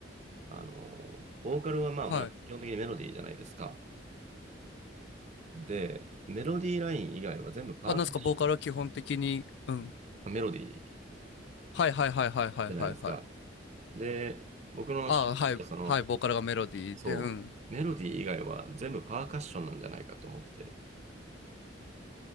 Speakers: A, on the right (about 40°); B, on the left (about 65°).
A: あのーボーカルはまあまあ基本的にメロディーじゃないですか。
B: はい。
A: で、メロディーライン以外は全部パーカッショ
B: あ、なんすか、ボーカルは基本的に、うん。
A: ン、メロディー
B: はいはいはいはいはいはいはい。
A: じゃないですか。で、僕の趣味としたその
B: あ、はい、はい、ボーカルがメロディーで、
A: そう、
B: うん。
A: メロディー以外は全部パーカッションなんじゃないかと思ってて。